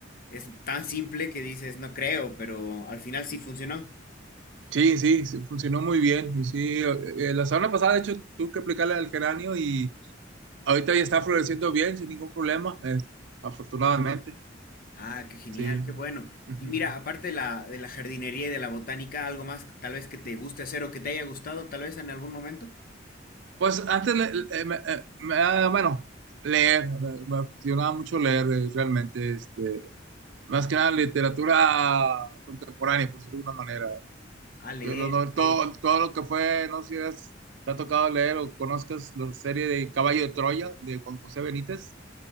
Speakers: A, on the left; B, on the right.
A: es tan simple que dices, no creo, pero al final sí funcionó.
B: Sí, sí, sí, funcionó muy bien. Y sí, eh, eh, la semana pasada, de hecho, tuve que aplicarle al geranio y ahorita ya está floreciendo bien, sin ningún problema, eh, afortunadamente.
A: Ah, qué genial,
B: Sí.
A: qué bueno.
B: Ujú.
A: Y mira, aparte de la, de la jardinería y de la botánica, algo más tal vez que te guste hacer o que te haya gustado tal vez en algún momento.
B: Pues antes, le- le- eh, me- eh, me- ah, bueno, leer, me me apasionaba mucho leer eh, realmente, este, más que nada literatura contemporánea, por decirlo de una manera.
A: Ah, leer,
B: Eh, lo- no-
A: ok.
B: Todo, todo lo que fue, no sé si has- te ha tocado leer o conozcas la serie de Caballo de Troya de Juan José Benítez.